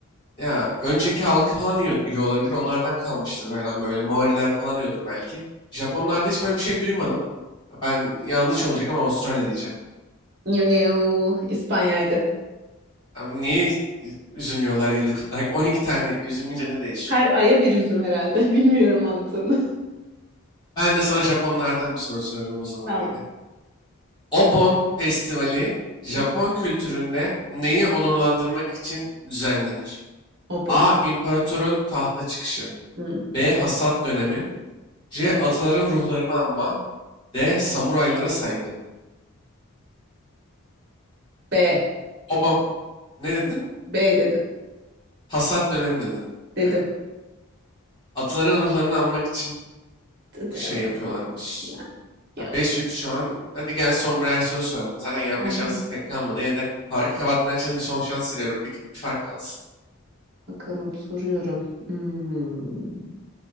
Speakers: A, on the left; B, on the right.
A: Ya önceki halkı falan yiyor, yiyor olabilir. Onlardan kalmıştır falan böyle. Maoriler falan yiyordur belki. Japonlarda hiç böyle bir şey duymadım. Ben yanlış olacak ama Avustralya diyeceğim.
B: Avralya İspanya'ydı.
A: Abi niye i- üzüm yiyorlar yıllık olarak? 12 <laughs> tane üzüm yiyince ne değişiyor?
B: Her aya bir üzüm herhalde. <laughs> Bilmiyorum mantığını.
A: Ben de sana Japonlardan bir soru soruyorum o zaman
B: Tamam.
A: yine. Obon Festivali Japon
B: Hı.
A: kültüründe neyi onurlandırmak için düzenlenir?
B: O bu.
A: A. İmparatorun tahta çıkışı.
B: Hı.
A: B. Hasat dönemi. C. Ataların ruhlarını anma. D. Samuraylara saygı.
B: B.
A: Oba ne dedin?
B: B dedim.
A: Hasat dönemi dedin. Yani
B: Dedim.
A: ataların ruhlarını anmak için
B: D- d-
A: şey yapıyorlarmış.
B: Tamam. Ya, ya-
A: Ya 5-3 şu an. Hadi gel son birer soru soralım. Zaten yenme
B: Tamam.
A: şansı pek kalmadı. Yine de farkı kapatman için bir son şans veriyorum. Bir, bir fark kalsın.
B: Bakalım soruyorum. Hmm.